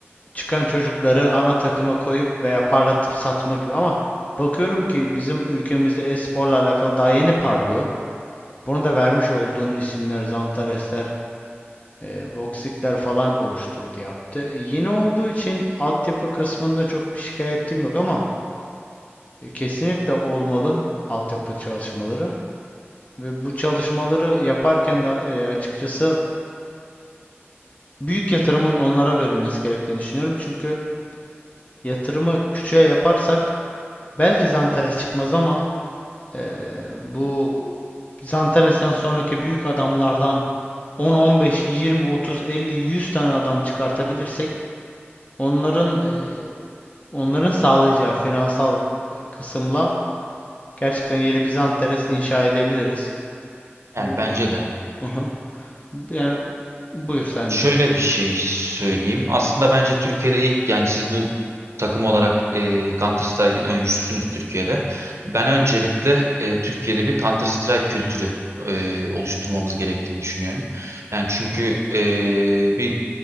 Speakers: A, on the left (about 30°); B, on the right (about 85°).
A: çıkan çocukları ana takıma koyup veya parlatıp satma gibi ama bakıyorum ki bizim ülkemizde e-sporla alakalı daha yeni parlıyor. Bunu da vermiş olduğun isimler, Zantaresler, e, Voxic'ler falan oluşturdu yaptı. E, Yeni olduğu için altyapı kısmında çok bir şikayetim yok ama e, kesinlikle olmalı altyapı çalışmaları. Ve bu çalışmaları yaparken de e, açıkçası büyük yatırımın onlara verilmesi gerektiğini düşünüyorum. Çünkü yatırımı küçüğe yaparsak Belki Zantares çıkmaz ama eee, bu Zantares'ten sonraki büyük adamlardan 10, 15, 20, 30, 50, 100 tane adam çıkartabilirsek onların eee, onların sağlayacağı finansal e, kısımla gerçekten yeni bir Zantares inşa edebiliriz.
B: Yani
A: Bu,
B: bence
A: bu
B: de.
A: Aha. Yani buyur sen
B: Şöyle
A: diyeyim.
B: bir şey söyleyeyim. Aslında bence Türkiye'de ilk yani siz bu takım olarak e, Counter Strike'ın öncüsünüz Türkiye'de. Ben öncelikle e, Türkiye'de bir Counter Strike kültürü e, oluşturmamız gerektiğini düşünüyorum. Yani çünkü e, bir